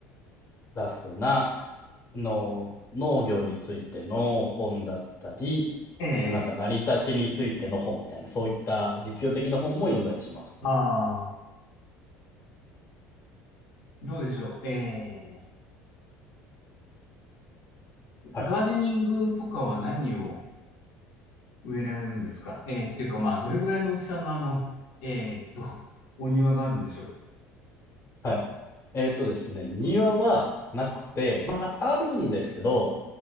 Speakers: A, on the left; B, on the left.
A: ラフな、の、農業についての本だったり、
B: ええ、
A: そのなんか成り立ちについての本みたいな、そういった実用的な本も読んだりします。
B: ああ、どうでしょう。ええ、
A: はい。
B: ガーデニングとかは何を植えられるんですかええ、っていうかまあ、どれぐらいの大きさのあの、ええと、お庭があるんでしょう。
A: はい。えっとですね、庭はなくて、まあ、あるんですけど、